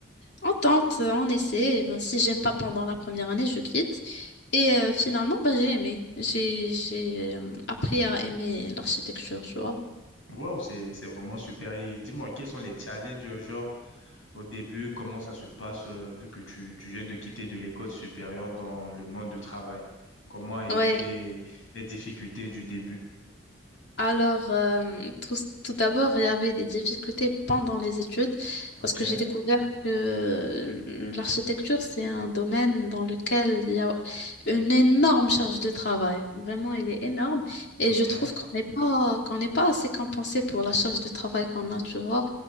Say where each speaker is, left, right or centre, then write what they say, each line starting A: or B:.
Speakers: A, on the left (about 60°); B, on the left (about 85°).
A: on tente, euh, on essaie. Et ben, si j'aime pas pendant la première année, je quitte. Et euh, finalement, ben, j'ai aimé. J'ai, j'ai euh, appris à aimer l'architecture, tu vois.
B: Wow, c'est, c'est vraiment super. Et dis-moi, quels sont les challenges, euh, genre, au début, comment ça se passe, euh, vu que tu, tu viens de quitter de l'école supérieure dans le monde du travail? Comment a été
A: Ouais.
B: les difficultés du début?
A: Alors, euh, tout, tout d'abord, il y avait des difficultés pendant les études
B: OK,
A: parce que j'ai découvert que euh, l'architecture, c'est un domaine dans lequel il y a une énorme charge de travail. Vraiment, elle est énorme et
B: OK,
A: je trouve qu'on n'est pas, qu'on n'est pas assez compensé pour la charge de travail qu'on a, tu vois.